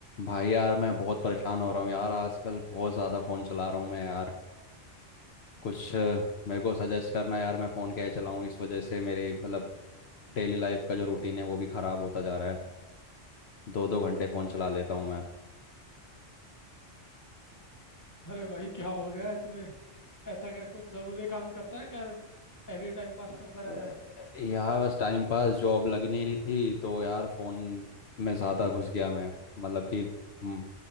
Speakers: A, on the left; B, on the left.
A: भाई यार मैं बहुत परेशान हो रहा हूँ यार आजकल बहुत ज़्यादा फ़ोन चला रहा हूँ मैं यार कुछ अ, मेरे को सजेस्ट करना यार मैं फ़ोन कैसे चलाऊँ इस वजह से मेरे मतलब डेली लाइफ का जो रूटीन है वो भी ख़राब होता जा रहा है दो दो घंटे फ़ोन चला लेता हूँ मैं
B: अरे भाई क्या हो गया इतने ऐसा क्या कुछ जरूरी काम करता है क्या एनी टाइम पास करता
A: अ,
B: रहता है
A: यार बस टाइम पास जॉब लग नहीं रही थी तो यार फ़ोन में ज़्यादा घुस गया मैं मतलब कि हम्म,